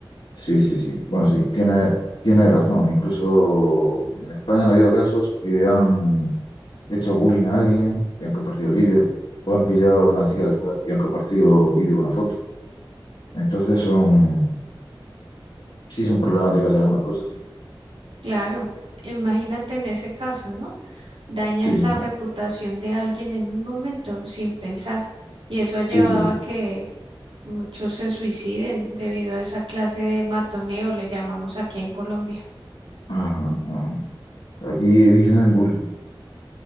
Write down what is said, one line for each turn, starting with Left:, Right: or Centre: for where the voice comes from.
Left: Sí, sí, sí. Bueno, sí, tiene, tiene razón. Incluso en España han habido casos que han hecho bullying a alguien y han compartido el vídeo, o han pillado a una chica desnuda y han compartido un vídeo o una foto. Entonces son, sí son problemáticas algunas cosas, sí.
Right: Claro, imagínate en ese caso, ¿no? Dañan
Left: Sí,
Right: la reputación de alguien en un momento sin pensar y eso ha llevado
Left: sí, sí. sí.
Right: a que muchos se suiciden debido a esa clase de matoneo, le llamamos aquí en Colombia,
Left: Ajá, ajá. Aquí dicen bullying,